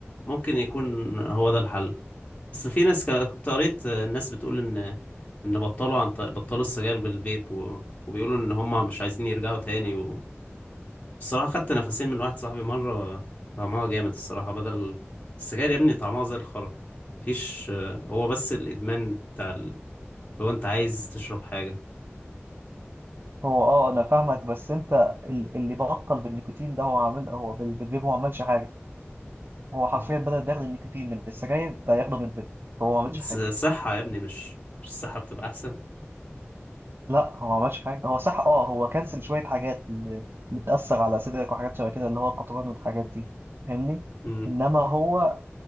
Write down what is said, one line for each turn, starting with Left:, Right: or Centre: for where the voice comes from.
Left: ممكن يكون هو ده الحل اصل في ناس كان- كنت قريت الناس بتقول ان ان بطلوا عن طريق- بطلوا السجاير بالفيب و... وبيقولوا ان هم مش عايزين يرجعوا تاني و... الصراحة خدت نفسين من واحد صاحبي مرة طعمها جامد الصراحة بدل ال- السجاير يا ابني طعمها زي الخرا مفيش هو بس الادمان بتاع ال... لو انت عايز تشرب حاجة
Right: هو اه انا فاهمك بس انت ال- اللي بطل بالنيكوتين ده هو عامل هو بال- بالفيب هو ما عملش حاجه هو حرفيا
Left: <laughs>
Right: بدل ما ياخد النيكوتين من السجاير ده ياخده من الفيب هو ما عملش
Left: بس
Right: حاجه
Left: صحة يا ابني مش مش الصحة بتبقى أحسن
Right: لا هو ما عملش حاجه هو صح اه هو كنسل شويه حاجات اللي بتاثر على صدرك وحاجات شبه كده اللي هو القطران والحاجات دي فاهمني
Left: مم.
Right: انما هو